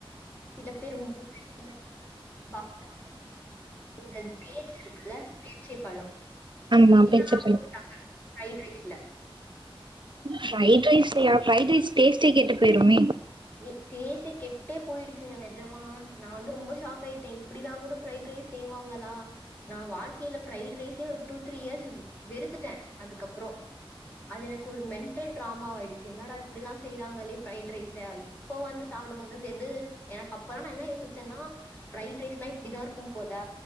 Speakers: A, on the left; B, on the right.
A: சில பேர் மு <inaudible> <inaudible> இந்த டேட்ஸ் இருக்குல பேரிச்சை பழம்
B: ஆமா
A: இதெல்லா
B: பேச்ச
A: போட்டாங்க ஃப்ரைட் ரைஸ்ல
B: ஃப்ரைட் ரைஸ்லயா ஃப்ரைட் ரைஸ் டேஸ்ட்டே கெட்டு போயிருமே
A: கே டேஸ்ட்டே கெட்டே போயிடுச்சுங்க நெஜமா நா வந்து ரொம்ப ஷாக் ஆயிட்டே இப்டிலா கூட ஃபிரைட் ரைஸ் செய்வாங்களா நா வாழ்க்கைல ஃபிரைட் ரைஸே ஒரு டூ த்ரீ இயர்ஸ் வெறுத்துட்டே அதுக்கப்றோ அது ஒரு மென்டல் ட்ரா மா ஆயிடுச்சு என்னடா இப்படில்லா செய்றாங்கலே ஃபிரைட் ரைஸ் தா இப்போ வந்து சாப்படும் போதுதா தெர்து எனக்கு அப்பல்லா நா என்ன யோசிச்சன்னா ப்ரைட் ரைஸ்னா இப்டிதா இருக்கும் போல